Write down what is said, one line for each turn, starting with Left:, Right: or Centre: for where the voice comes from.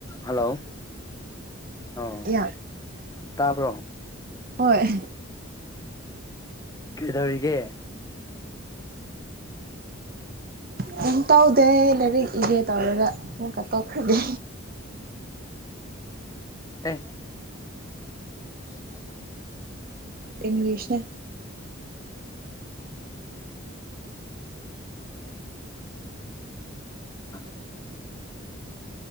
Left: hello ꯑꯣ
Right: ꯌꯥ
Left: ꯇꯥꯕ꯭ꯔꯣ
Right: ꯍꯣꯏ
Left: ꯀꯩꯗꯧꯔꯤꯒꯦ
Right: ꯀꯩꯝ ꯇꯧꯗꯦ ꯂꯥꯏꯔꯤꯛ ꯏꯒꯦ ꯇꯧꯔꯒ ꯑꯃꯨꯛꯀ ꯇꯣꯛꯈ꯭ꯔꯒꯦ
Left: ꯑꯦ <unintelligible>
Right: ꯏꯪꯂꯤꯁꯅꯦ
Left: <unintelligible>